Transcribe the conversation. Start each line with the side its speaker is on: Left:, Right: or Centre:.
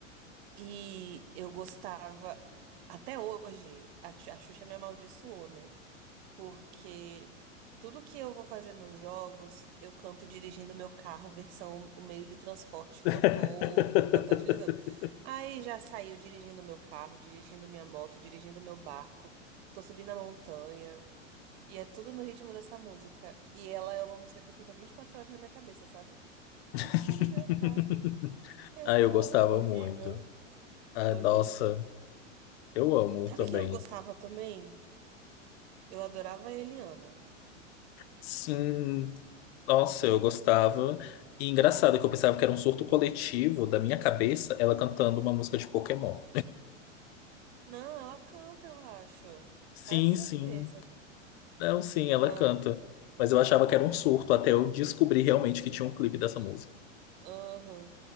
Right: E eu gostava. Até hoje, a Xu- a Xuxa me amaldiçoou, né? porque tudo que eu vou fazer nos jogos, eu canto dirigindo meu carro, versão o meio de transporte
Left: <laughs>
Right: que eu tô, que eu tô utilizando. Aí já saiu dirigindo meu carro, dirigindo minha moto, dirigindo meu barco, tô subindo a montanha, e é tudo no ritmo dessa música. E ela é uma música que fica 24 horas na minha cabeça, sabe? Dirigindo
Left: <laughs>
Right: meu carro. Eu
Left: Ah, eu
Right: vou.
Left: gostava
Right: É horrível,
Left: muito. Ah,
Right: horrível.
Left: nossa, eu amo
Right: Sabe
Left: também.
Right: quem eu gostava também? Eu adorava a Eliana.
Left: Sim, nossa, eu gostava. E engraçado que eu pensava que era um surto coletivo da minha cabeça, ela cantando uma música de Pokémon.
Right: Não, ela canta, eu acho.
Left: Sim,
Right: Quase certeza.
Left: sim. Não, sim,
Right: Mas,
Left: ela canta. Mas eu achava que era um surto até eu descobrir realmente que tinha um clipe dessa música.
Right: aham.